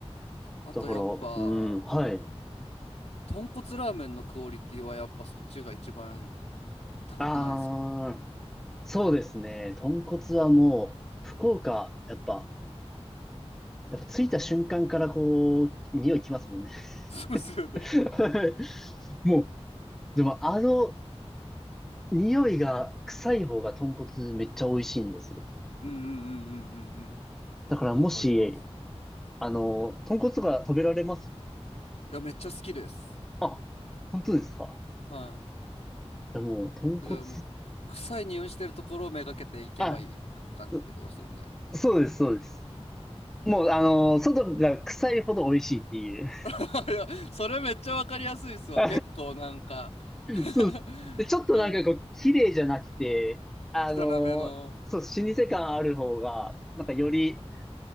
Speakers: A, on the left; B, in the centre.
A: あとやっぱ、
B: だから、うん、はい。
A: 豚骨ラーメンのクオリティはやっぱそっちが一番高くないですか
B: ああそうですね。豚骨はもう、福岡、やっぱ、やっぱ着いた瞬間からこう、匂いきますもんね。
A: <laughs> そうですよね。
B: <laughs> はいもう、でもあの、匂いが臭い方が豚骨めっちゃ美味しいんですよ。
A: うんうんうんうんうん
B: だからもし、
A: うん。わかります。
B: あの、豚骨が食べられます
A: いや、めっちゃ好きです。
B: あ、本当ですか
A: は
B: いやもう、豚骨、
A: い。じゃあもう、臭い匂いしてるところをめがけていけばいい感じってことですよね。
B: あ、うそうです、そうです。もう、あの、外が臭いほど美味しいっていう。
A: <laughs> いや、それめっちゃわかりやすいっすわ。
B: <laughs>
A: 結構なんか <laughs>
B: そうです。で、ちょっとなんかこう、
A: は
B: 綺麗じゃなくて、あの、
A: い。汚めの。
B: そう、老舗感ある方が、なんかより